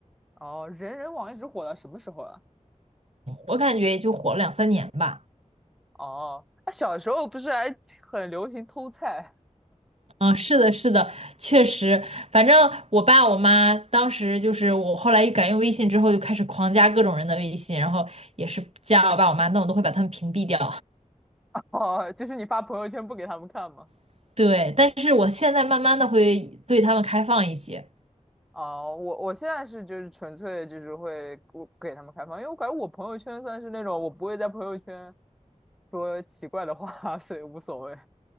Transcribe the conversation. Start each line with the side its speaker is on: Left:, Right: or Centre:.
Centre: 哦，人人网一直火到什么时候啊？
Right: 我感觉也就火了两三年吧。
Centre: 哦，那小时候不是还很流行偷菜？
Right: 嗯，是的，是的，确实，反正我爸我妈当时就是我后来一改用微信之后，就开始狂加各种人的微信，然后也是加我爸我妈，但我都会把他们屏蔽掉。
Centre: <laughs> 哦，就是你发朋友圈不给他们看吗？
Right: <laughs> 对，但是我现在慢慢的会对他们开放一些。
Centre: 哦，我我现在是就是纯粹就是会我给他们开放，因为我感觉我朋友圈算是那种我不会在朋友圈说奇怪的话，<laughs> 所以无所谓。